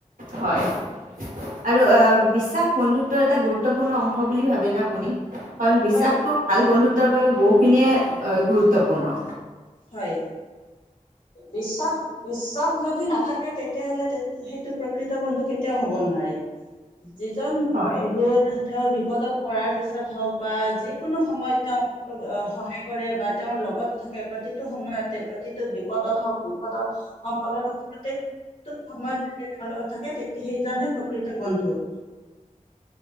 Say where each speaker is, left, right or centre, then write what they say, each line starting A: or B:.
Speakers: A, on the right (about 85°); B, on the left (about 75°).
A: হয়', আৰু বিশ্বাস বন্ধুত, টো এটা গুৰুত্বপূৰ্ণ অংশ বুলি ভাবেনে আপুনি? কাৰণ বিশ্বাসটো
B: হয়
A: ভাল
B: সম-
A: বন্ধুত্বৰ বাবে বহুত, এইখিনিয়ে গুৰুত্বপূৰ্ণ।
B: হয়, বিশ্বাস-বিশ্বাস যদি নাথাকে, তেতিয়াহ'লে সেইটো প্ৰকৃত বন্ধু কেতিয়াও হ'ব নোৱাৰে। যিজন
A: হয়।
B: বন্ধু তেওঁৰ বিপ বিপদত পৰাৰ পিছত হওক বা যিকোনো সময়ত তেওঁক সহায় কৰে বা তেওঁৰ লগত থাকে প্ৰতিটো সময়তে প্ৰতিটো বিপদত হওক, বিপদত-সম্পদত হওক, প্ৰতিটো সময়ত, যেতিয়া তেওঁৰ লগত থাকে তেতিয়া সেইজনহে প্ৰকৃত বন্ধু।